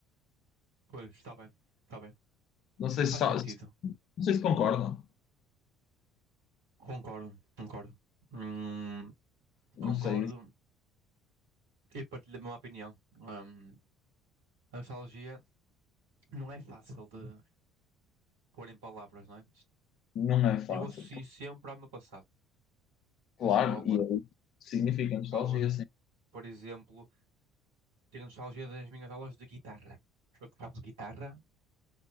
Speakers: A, on the right; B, on the left.
A: pois, está bem, está bem.
B: Não sei se,
A: Faz
B: está-
A: sentido.
B: se- não sei se concordam.
A: Concordo, concordo. Hum,
B: Não
A: concordo
B: sei,
A: e partilho a mesma opinião. Hum, a nostalgia não é fácil de pôr em palavras, não é?
B: não é fácil.
A: Eu associo sempre ao meu passado.
B: Claro,
A: A escola,
B: e aí significa nostalgia,
A: Aula,
B: sim.
A: por exemplo, ter nostalgia das minhas aulas de guitarra. Eu tocava guitarra